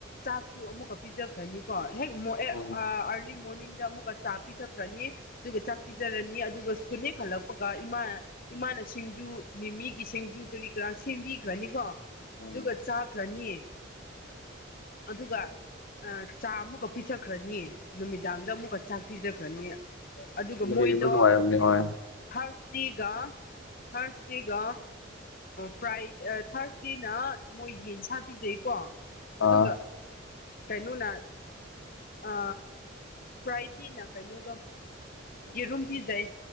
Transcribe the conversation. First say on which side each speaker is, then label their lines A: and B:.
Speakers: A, on the left; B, on the left.
A: ꯆꯥꯛꯁꯨ ꯑꯃꯨꯛꯀ ꯄꯤꯖ ꯈ꯭ꯔꯅꯤꯀꯣ ꯍꯦꯛ ꯑꯥꯔꯂꯤ
B: ꯎꯝ
A: ꯃꯣꯔꯅꯤꯡꯗ ꯑꯃꯨꯛꯀ ꯆꯥ ꯄꯤꯊꯛꯈ꯭ꯔꯅꯤ ꯑꯗꯨꯒ ꯆꯥꯛ ꯄꯤꯖꯔꯅꯤ ꯑꯗꯨꯒ ꯁꯨꯅꯦꯦꯛ ꯈꯜꯂꯛꯄꯒ ꯏꯃꯥ ꯏꯃꯥꯅ ꯁꯤꯡꯖꯨ ꯃꯤꯒꯤ ꯁꯤꯡꯖꯨ ꯀꯔꯤ ꯀꯔꯥ ꯁꯦꯝꯕꯤꯈ꯭ꯔꯅꯤꯀꯣ
B: ꯎꯝ
A: ꯑꯗꯨꯒ ꯆꯥꯈ꯭ꯔꯅꯤ ꯑꯗꯨꯒ ꯆꯥ ꯑꯃꯨꯛꯀ ꯄꯤꯖꯈ꯭ꯔꯅꯤ ꯅꯨꯃꯤꯗꯥꯡꯗ ꯑꯃꯨꯛꯀ ꯆꯥꯛ ꯄꯤꯖꯈ꯭ꯔꯅꯤ ꯑꯗꯨꯒ
B: ꯂꯩꯔꯤꯕ
A: ꯃꯣꯏꯗꯣ
B: ꯅꯨꯡꯉꯥꯏꯔꯝꯅꯤ ꯍꯣꯏ
A: ꯊ꯭ꯔꯁꯗꯦꯒ ꯊ꯭ꯔꯁꯗꯦꯒ ꯐ꯭ꯔꯥꯏ ꯊꯔꯁꯦ ꯁꯤꯅ ꯃꯣꯏ ꯌꯦꯟꯁꯥ ꯄꯤꯖꯩꯀꯣ ꯑꯗꯨꯒ
B: ꯑꯥ
A: ꯀꯩꯅꯣꯅ ꯑ ꯄ꯭ꯔꯥꯏꯗꯤꯅ ꯀꯩꯅꯣꯗꯣ ꯌꯦꯔꯨꯝ ꯄꯤꯖꯩ